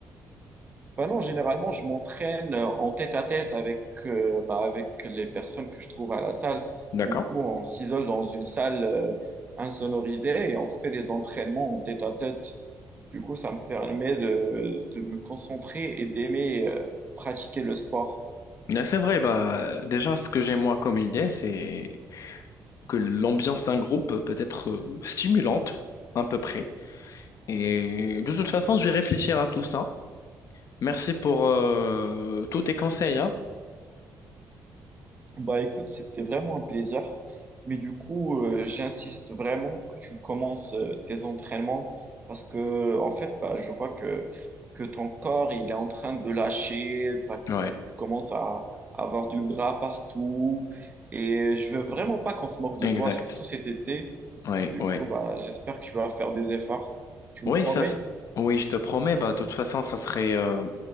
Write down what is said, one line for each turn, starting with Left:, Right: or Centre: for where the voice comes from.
Right: Bah non, généralement, je m'entraîne euh, en tête-à-tête avec, euh, bah, avec les personnes que je trouve à la salle.
Left: D'accord.
Right: Du coup, on s'isole dans une salle euh, insonorisée et on fait des entraînements en tête-à-tête. Du coup, ça me permet de, de me concentrer et d'aimer euh, pratiquer le sport.
Left: Mais C'est vrai, bah, déjà, ce que j'ai moi comme idée, c'est que l'ambiance d'un groupe peut être euh, stimulante, à peu près. Et de toute façon, je vais réfléchir à tout ça. Merci pour euh, tous tes conseils, hein.
Right: Bah écoute, c'était vraiment un plaisir. Mais du coup, euh, j'insiste vraiment que tu commences euh, tes entraînements parce que, en fait, bah, je vois que, que ton corps, il est en train de lâcher. T'as-
Left: Ouais,
Right: t'as- tu commences à, à avoir du gras partout. Et je veux vraiment pas qu'on se moque de
Left: exact.
Right: toi, surtout cet été.
Left: Ouais,
Right: Du
Left: ouais.
Right: coup, bah, j'espère que tu vas faire des efforts. Tu me
Left: Oui,
Right: promets?
Left: ça, s- oui, je te promets, bah, de toute façon, ça serait euh,